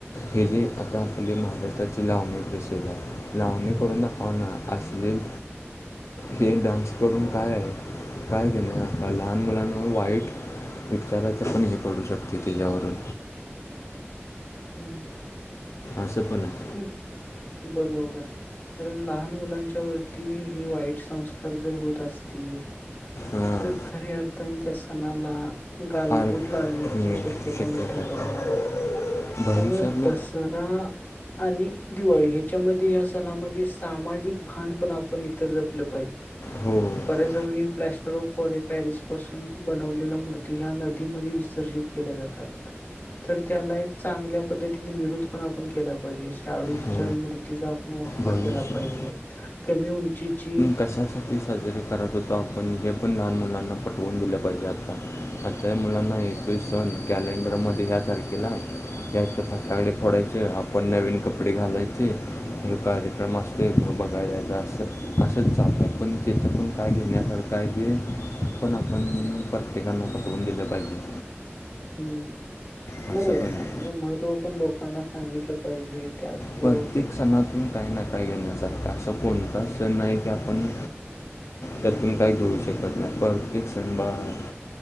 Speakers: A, on the left; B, on the left.
A: हे जे आता आपले महाराष्ट्राची लावणी प्रसिद्ध हाय. लावणी करून दाखवा ना. अश्लील हे डान्स करून काय हाय, काय केलंय आपल्या लहान मुलांनवर वाईट विचारयचं पण हे पडू शकते तेच्यावरून.
B: हम्म.
A: असं पण हाय.
B: हम बरोबर हाय. कारण लहान मुलांच्या वरती हे, वाईट संस्कार जर होत असतील.
A: हां
B: तर खऱ्या अर्थाने त्या सणाला. गालबोट
A: आर्ट
B: लागण्याची
A: मिळण्याची
B: शक्यता मोठ्या प्रमाणात
A: आहे
B: असते.
A: भविष्यात
B: त्यामुळे
A: ना
B: दसरा दरा. आणि दिवाळी हेच्यामध्ये, या सणामध्ये सामाजिक भान पण आपण इथं जपलं पाहिजे.
A: हो अजून
B: बऱ्याच वेळी प्लॅस्टर ऑफ पाॅली पॅरिस पासून बनवलेल्या मूर्ती ह्या नदीमध्ये विसर्जित केल्या जातात. तर त्याला एक चांगल्या पद्धतीने विरोध पण आपण केला पाहिजे, शाडूच्या
A: हो
B: मूर्तीचा वापर
A: भविष्य
B: केला पाहिजे, कमी उंचीची.
A: कशाच. ती साजरी करत होतो. आपण हे पण लहान मुलांना पटवून दिलं पाहिजे आता. आता मुलांना हे प स कॅलेंडरमध्ये <unintelligible> फटाके फोडायचे आपण नवीन कपडे घालायचे. कार्यक्रम असतोय ते, बघायला जायचं असं. असंच चालू हाय पण, तेच्यातून काय घेण्यासारखं हाय की. पण आपण प्रत्येकानं पटवून दिलं पाहिजे.
B: हंम
A: असं
B: बरोबर हाय,
A: पण
B: सणांचं
A: आहे
B: महत्त्व पण लोकांना सांगितलं पाहिजे. त्याचबरोबर
A: प्रत्येक सणातून काय ना काय घेण्यासारख आसं कोणताच सण नाय की आपण. त्यातून काय घेवू शकत नाही, प्रत्येक सणवार